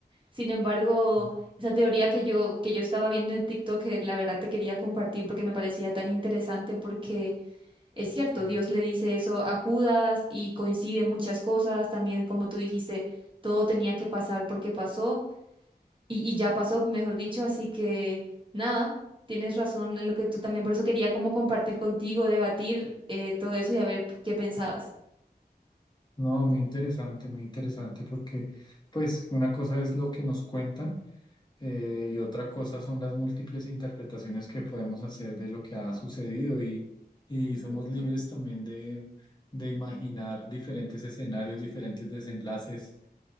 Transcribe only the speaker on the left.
Ujú,
Sí.
No, muy interesante, muy interesante, porque pues una cosa es lo que nos cuentan eh, y otra cosa son las múltiples interpretaciones que podemos hacer de lo que ha sucedido y, y
somos libres también de, de imaginar diferentes escenarios, diferentes desenlaces.